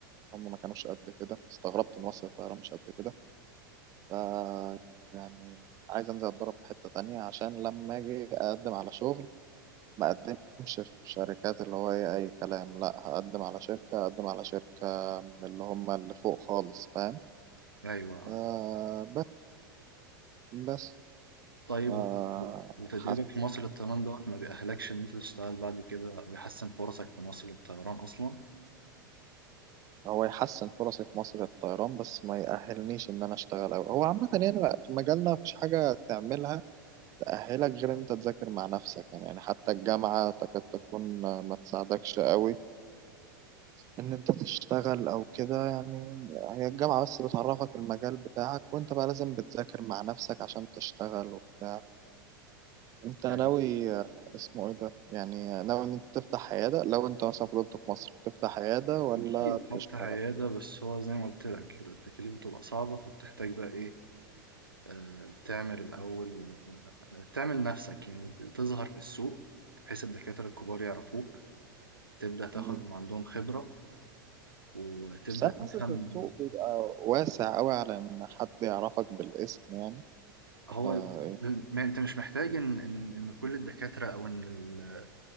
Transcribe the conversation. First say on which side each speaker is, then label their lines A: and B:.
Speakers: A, on the right; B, on the right.
A: هم ما كانوش قد كده استغربت إن مصر الطيران مش قد كده ف يعني عايز أنزل أتدرب في حتة تانية عشان لما أجي أقدم على شغل ما اقدمش في شركات اللي هو ايه اي كلام لا هقدم على شركة هقدم على شركة من اللي هم اللي فوق خالص فاهم
B: أيوه
A: آه بس بس
B: طيب
A: آه
B: و- وتدريبك
A: حاسس
B: في مصر للطيران دوت ما بيأهلكش إن أنت تشتغل بعد كده أو يحسن فرصك في مصر للطيران أصلا
A: هو يحسن فرصي في مصر الطيران بس ما يأهلنيش ان انا اشتغل أوي هو عامة يعني بقى في مجالنا مفيش حاجة تعملها تأهلك غير ان انت تذاكر مع نفسك يعني يعني حتى الجامعة تكاد تكون ما تساعدكش أوي ان انت تشتغل او كده يعني هي الجامعة بس بتعرفك المجال بتاعك وانت بقى لازم بتذاكر مع نفسك عشان تشتغل وبتاع انت ناوي
B: يعني
A: آه، اسمه ايه ده يعني ناوي ان انت تفتح عيادة لو انت مثلا فضلت في مصر تفتح عيادة ولا
B: أكيد فتح
A: تشتغل
B: عيادة بس هو زي ما قلت لك التكاليف بتبقى صعبة فبتحتاج بقى إيه آه تعمل الأول آه تعمل نفسك يعني تظهر في السوق بحيث الدكاترة الكبار يعرفوك تبدأ تاخد
A: مم.
B: من عندهم خبرة وتبدأ
A: بس انا
B: تفهم
A: حاسس إن السوق بيبقى واسع قوي على ان حد يعرفك بالاسم يعني ولا
B: هو
A: ايه
B: ما أنت مش محتاج إن إن إن كل الدكاترة أو إن ال